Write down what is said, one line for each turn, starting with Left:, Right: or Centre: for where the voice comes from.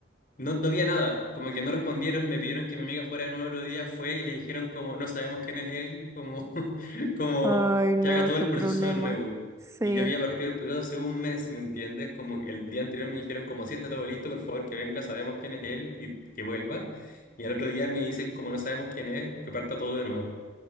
Left: no, no había nada, como que no respondieron, me pidieron que mi amiga fuera de nuevo otro día, fue y le dijeron como, no sabemos quién es él, como, <laughs> como
Right: Ay, no,
Left: que haga todo
Right: qué
Left: el
Right: problema.
Left: proceso de nuevo.
Right: Sí.
Left: Y yo había partido el proceso hace un mes, ¿me entiendes? Como que el día anterior me dijeron como, si está todo listo, por favor que venga, sabemos quién es él y que vuelva. Y al otro día me dicen como, no sabemos quién es, que parta todo de nuevo.